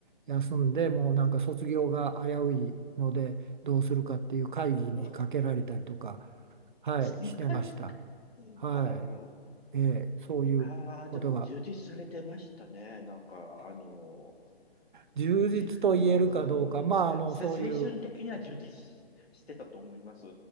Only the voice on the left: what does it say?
わ、
深い
あらららら。
ああ、でも充実されてましたね。なんか、あのー、
し、うーん、
せ、
せ青春的には充実し、してたと思います。